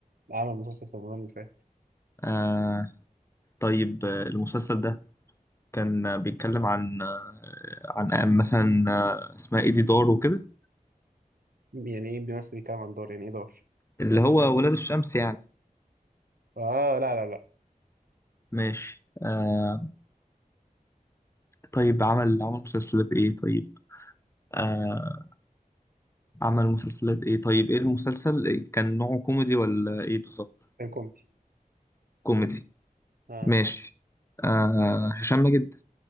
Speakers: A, on the right; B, on the left.
A: عمل مسلسل في رمضان اللي فات
B: آه طيب آه، المسلسل ده كان آه، بيتكلم عن آه عن آه، مثلا آه اسمها ايه دي دار وكده
A: يعني إيه بيمثل بيتكلم عن دار يعني إيه دار
B: اللي هو ولاد الشمس يعني
A: آه لا لا لأ
B: ماشي آه طيب عمل عمل مسلسلات ايه طيب آه عمل مسلسلات ايه طيب ايه المسلسل كان نوعه كوميدي ولا ايه بالظبط
A: كان كوميدي
B: كوميدي
A: آه
B: ماشي آه هشام ماجد